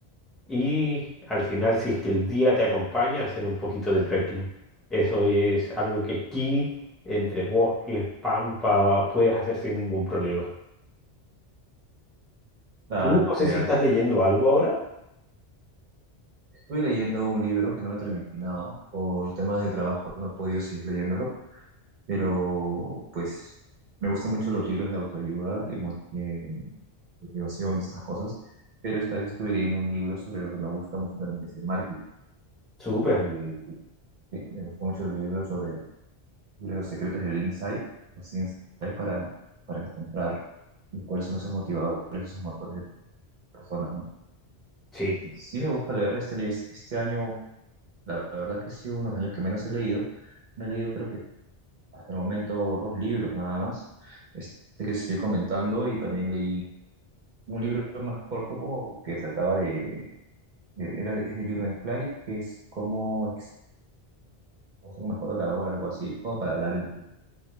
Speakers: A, in the centre; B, on the right (about 55°).
A: y al final si es que el día te acompaña, hacer un poquito de trekking. Eso es algo que aquí, entre bosques, pampa, puedes hacer sin ningún problema.
B: Claro,
A: Tú no sé
B: genial.
A: si estás leyendo algo ahora.
B: Estuve leyendo un libro que no lo he terminado. Por temas de trabajo no he podido seguir leyéndolo pero pues me gustan mucho los libros de autoayuda, de mo- eh, motivación y estas cosas, pero esta vez estuve leyendo un libro sobre lo que me gusta mucho también, que es el marketing.
A: Súper.
B: Y, eh, me gustan mucho los libros sobre, sobre los secretos del insight, los insights para, para encontrar cuáles son esos motivadores, esos motores de personas, ¿no?
A: Sí,
B: Sí me gusta leer este libro. Este año, la verdad que sí, unos años que menos he leído. Me he leído creo que Hasta el momento dos libros nada más. Este que estoy comentando y también leí un libro más corto como que trataba de, de- era, es de Jürgen Klarik, que es cómo ex- cómo ser un mejor orador, algo así, como para hablar en público.